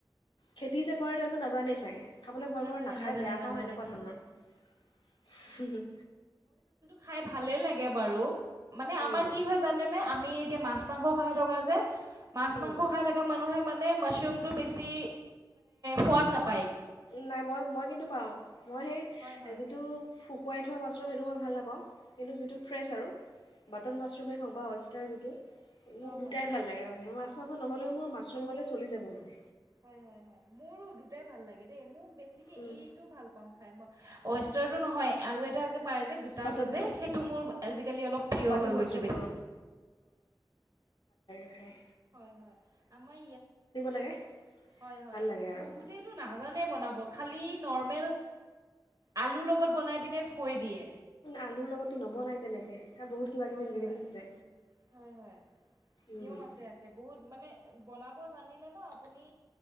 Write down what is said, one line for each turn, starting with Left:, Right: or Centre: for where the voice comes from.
Left: খেতি যে কৰে তেও নাজানেই চাগে! খাবলৈ ভয়
Right: নাজানে
Left: কৰোঁ নাখায়
Right: নাজানে
Left: বেয়া
Right: নাজানে
Left: পাওঁ এনেকুৱা ধৰণৰ ৷ উ',
Right: খাই ভালে লাগে বাৰু মানে আমাৰ
Left: উম,
Right: কি হয় জানে আমি এতিয়া মাছ মাংস কষাহি ঠকা যে মাছ
Left: উম।
Right: মাংস খাই থকা মানুহে মান মানে মাছৰোম টো বেছি খুৱাদ নাপাওঁ
Left: নাই মই মই কিন্তু পাওঁ মই সেই
Right: হয় হয়
Left: যিটো।
Right: হয়
Left: শুকুৱাই থোৱা মাছৰুম সেইটো মই ভাল নাপাওঁ। কিন্তু যিটো ফ্ৰেছ আৰু বাটন মাছৰুমেই হওক বা অ', তাৰ যিটো মোৰ
Right: অঁ
Left: দুটাই
Right: হয় হয়
Left: ভাল লাগে মানে মোৰ আ। নহলেও মোৰ মাছৰুম হলে চলি যাব মানে।
Right: হয় হয় হয় মোৰো দুটাই ভাল লাগে দেই মোৰ বেছিকৈ
Left: উম,
Right: এইটো ভাল পাওঁ খাই মই ৱেষ্টাৰো নহয় আৰু এটা যে পই যে গোটা
Left: বাটনটো
Right: টো যে সেইটো মোৰ আজিকালি অলপ প্ৰিয়
Left: বাটন
Right: হৈ গৈছে
Left: মাছৰুম
Right: বেছি।
Left: অঁ হয়
Right: হয় হয় আমাৰ
Left: লাগে
Right: হয় হয়
Left: ভাল লাগে আৰু
Right: বহুতেতো নাজানে বনাব খালি নৰ্মেল আলুৰ লগত বনাই পিনে থৈ দিয়ে।
Left: আলুৰ লগততো নবনাই তেনেকৈ আৰু বহুত কিবা কিবি
Right: হয়
Left: ইনগ্ৰিডিয়েণ্টছ
Right: হয়
Left: আছে
Right: হয় হয়
Left: উম।
Right: নিয়ম আছে আছে বহুত মানে। বনাব জানিলে ন আপুনি